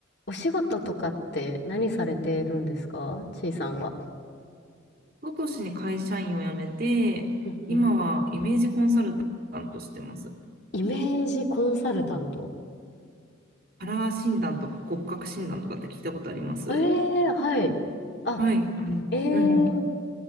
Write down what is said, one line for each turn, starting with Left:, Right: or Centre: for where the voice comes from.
Left: お仕事とかって何されてるんですかちいさんは。
Right: 一昨年に会社員を辞めて、
Left: うんうん。
Right: 今はイメージコンサルタントしてます。
Left: イメージコンサルタント。
Right: カラー診断とか骨格診断とかって聞いたことあります
Left: ええー、はい。あ、
Right: はい、あの、
Left: ええー、
Right: うん、